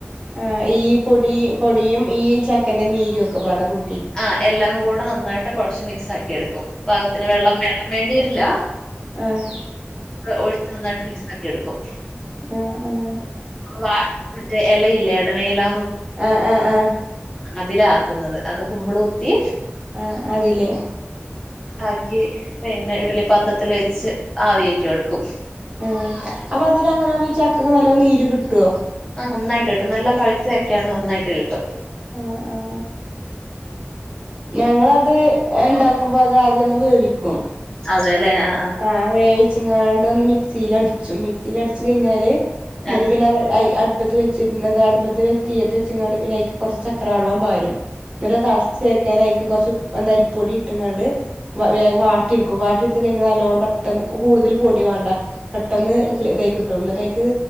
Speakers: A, on the right; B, on the left.
A: ആ് ഈ പൊടി പൊടിയും ഈ ചക്കന്റെ നീരും ഒക്കപാട കൂട്ടി
B: ആഹ എല്ലാം കൂടെ നന്നായിട്ട് കൊഴച്ചു മിക്സ് ആക്കി എടുക്കും പാകത്തിന് വെള്ളം വെള്ളം വേണ്ടി വരില്ല
A: ആഹ
B: ഒഴിച്ച് നന്നായിട്ട് മിക്സ് ആക്കി എടുക്കും
A: ആഹ് ആഹ്
B: മറ്റെ എലയില്ലേ എടനയില
A: ആഹ ആഹ ആഹ
B: അതില ആക്ക്‌ന്നത് അത് കുമ്പ്ള് കുത്തി
A: ആഹ അതിലേ
B: ആക്കി പിന്നെ ഇഡലിപ്പാത്രത്തില് വെച്ച് ആവിഏറ്റിഎടുക്കും
A: ഉം അപ്പൊ അതില് അങ്ങനാഉമ്പോ ഈ ചക്കക് നല്ലോ നീര് കിട്ടോ
B: ആ നന്നായിട്ട് കിട്ടും നല്ല പഴുത്തചക്കയാണെ നന്നായിട്ട് കിട്ടും
A: ആ ആ ഞങ്ങളത് ണ്ടാക്കുമ്പോ അത് ആദ്യം ഒന്ന് വേവിക്കും
B: അതെല്ലേ ആ
A: ആഹ വേവിച്ചുങ്ങാണ്ട് ഒന്ന് മിക്സിൽ അടിച്ചും മിക്സിൽ അടിച്ചു കഴിഞ്ഞാല് ന്നിട്ട്
B: ആ ആ
A: പിന്നെ <unintelligible> അടുപ്പത്ത് വെച്ചി ന്നെന്താ അടുപ്പത്ത് തിയ്യത് വെച്ചിങ്ങാണ്ട് പിന്നയ്ക്ക്‌ കൊർച് ചക്ര വള്ളം പാരും ന്നട്ട് ആ തളച് വെക്കാാനയ്ക്ക്‌ കൊറച്ച് എന്തരിപ്പൊടി ഇട്ട്ങ്ങാണ്ട് വേഗം വാട്ടിട് ക്കും വാട്ടിട്ത്ത് കഴിഞ്ഞാ പെട്ടന്ന് കൂകൂടുതല് പൊടി വാണ്ട പെട്ടന്ന് ഇതയി കിട്ടും ന്നിട്ടയ്ക്ക്‌